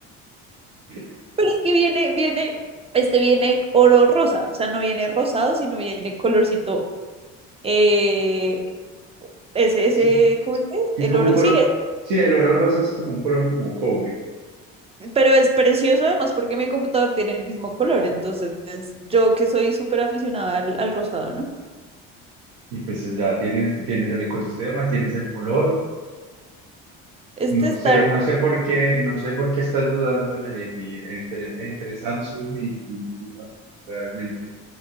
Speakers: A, on the right; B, on the right.
A: <laughs>
B: <laughs> pero es que viene, viene, este viene oro rosa, o sea, no viene rosado, sino viene colorcito, eh, ese, ese,
A: Sí,
B: ¿cómo es que es?
A: Es
B: El
A: como
B: oro,
A: un color,
B: sí,
A: sí, el oro rosa es como un color como cobre.
B: Pero es precioso además porque mi computador tiene el mismo color, entonces yo que soy súper aficionada al, al rosado, ¿no?
A: Y pues ya tienes, tienes el ecosistema, tienes el color.
B: Este
A: No
B: está
A: sé,
B: hermoso.
A: no sé por qué, no sé por qué estás dudando en elegir entre, entre Samsung y, y- y Apple, realmente.